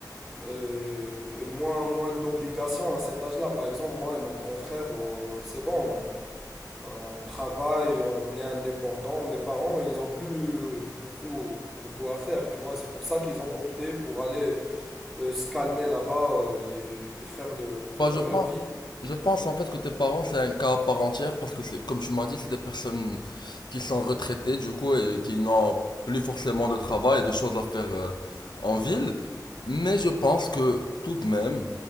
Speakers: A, in the centre; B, on the left.
A: euh, et moins, moins d'obligations à cet âge-là. Par exemple, moi et mon grand frère, euh, c'est bon. On travaille, on est indépendant. Mes parents, ils n'ont plus euh, beaucoup, beaucoup à faire, tu vois. C'est pour ça qu'ils ont opté pour aller euh, se calmer là-bas euh, et faire le,
B: Bah,
A: faire
B: je pense,
A: leur vie.
B: je pense en fait que tes parents c'est un cas à part entière parce que c'est, comme tu m'as dit, c'est des personnes qui sont retraitées du coup et qui n'ont plus forcément de travail et de choses à faire euh, en ville. Mais je pense que tout de même,